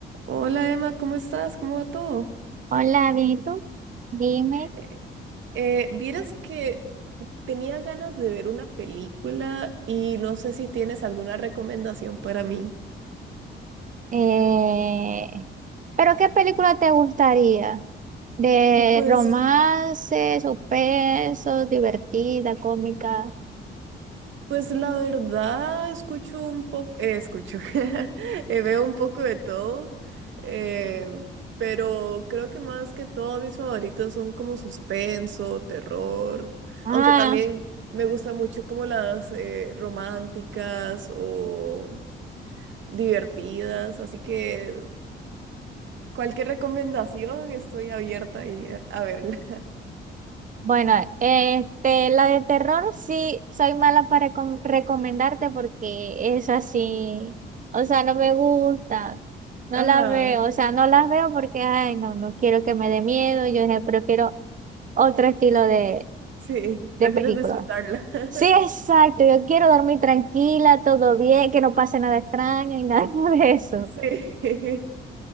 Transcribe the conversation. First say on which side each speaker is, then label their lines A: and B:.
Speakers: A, on the right; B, on the right.
A: Hola Emma, ¿cómo estás? ¿Cómo va todo?
B: Hola, bien, ¿y tú? Dime,
A: Eh, eh, vieras que tenía ganas de ver una película y no sé si tienes alguna recomendación para mí.
B: eh, ¿pero qué película te gustaría? ¿De
A: Pues,
B: romance, suspenso, divertida, cómica?
A: pues la verdad, escucho un poco, eh, escucho, <laughs> eh, veo un poco de todo, eh, pero creo que más que todo mis favoritos son como suspenso, terror,
B: Ah,
A: aunque también me gusta mucho como las eh, románticas o... divertidas, así que cualquier recomendación estoy abierta y a, a verla.
B: bueno, este, la de terror sí soy mala para recom- recomendarte porque es así, o sea, no me gusta, no
A: <laughs> Ajá,
B: la veo, o sea, no las veo porque, ay, no, no quiero que me dé miedo, yo ne- prefiero otro estilo de,
A: sí, prefieres
B: de película.
A: disfrutarla. <laughs>
B: Sí, exacto, yo quiero dormir tranquila, todo bien, que no pase nada extraño y nada <laughs> de eso.
A: Sí. <laughs>